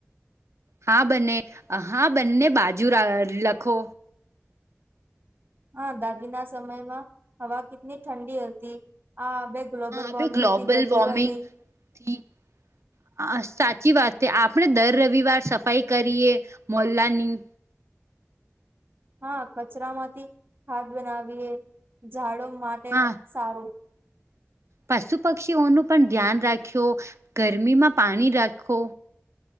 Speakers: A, on the right (about 70°); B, on the right (about 45°).
A: હા બને હા બંને બાજુ લખવો
B: હા દાદી ના સમયમાં હવા કેટલી ઠંડી હતી આ. ગ્લોબલ
A: હવે
B: વોર્મિંગ
A: ગ્લોબલ
B: થી ગરમી
A: વોર્મિંગ
B: વધી.
A: હા. આ સાચી વાત છે આપણે દર રવિવાર સફાઈ કરીએ મહોલ્લાની.
B: હા કચરા માંથી ખાદ બનાવીએ ઝાડો માટે
A: હા
B: સારું.
A: પશુ પક્ષીઓનું પણ ધ્યાન રાખ્યો ગરમીમાં પાણી રાખો.